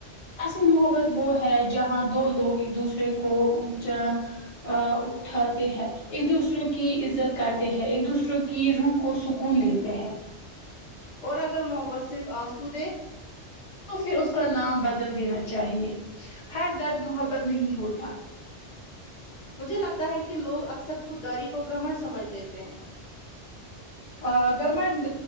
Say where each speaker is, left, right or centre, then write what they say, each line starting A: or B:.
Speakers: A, on the left; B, on the left.
A: اصل محبت وہ ہے جہاں دو لوگ ایک دوسرے کو اونچا آ اٹھاتے ہیں ایک دوسروں کی عزت کرتے ہیں ایک دوسروں کی روح کو سکون دیتے ہیں
B: اور اگر محبت صرف آنسو دے
A: تو پھر اس کا نام بدل دینا چاہیے ہر درد محبت نہیں ہوتا
B: مجھے لگتا ہے کہ لوگ اکثر خود داری کو گھمنڈ سمجھ لیتے ہیں
A: آ گھمنڈ